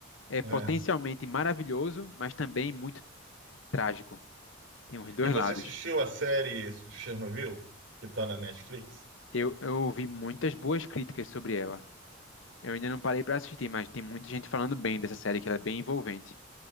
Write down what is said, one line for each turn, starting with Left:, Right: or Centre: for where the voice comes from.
Left: é potencialmente
Right: é.
Left: maravilhoso, mas também muito trágico. Tem os dois
Right: E você
Left: lados.
Right: assistiu a série Chernobyl, que está na Netflix?
Left: Eu, eu ouvi muitas boas críticas sobre ela. Eu ainda não parei pra assistir, mas tem muita gente falando bem dessa série, que ela é bem envolvente.